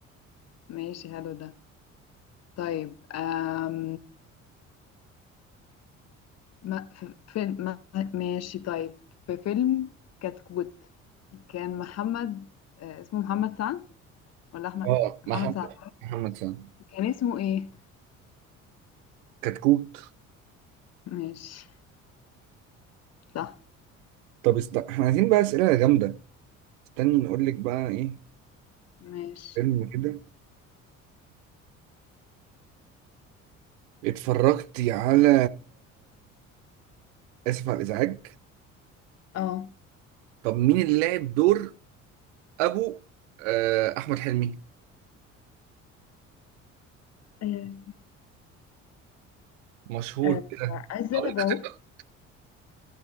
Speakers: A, on the left; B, on the right.
A: ماشي حلو ده طيب آم ما في فيلم ما ماشي طيب في فيلم كتكوت كان محمد آه اسمه محمد سعد ولا أحمد
B: اه
A: محمد
B: محمد
A: سعد
B: محمد سامي
A: كان اسمه ايه
B: كتكوت
A: ماشي صح
B: طب است... احنا عايزين بقى اسئله جامده استني نقول لك بقى ايه
A: ماشي
B: فيلم كده اتفرجتي على اسف على الازعاج
A: اه
B: طب مين اللي لعب دور ابو آه، احمد حلمي
A: آه،
B: مشهور
A: آه،
B: كده
A: عزت
B: هقول
A: أبو
B: لك اختيارات
A: عوف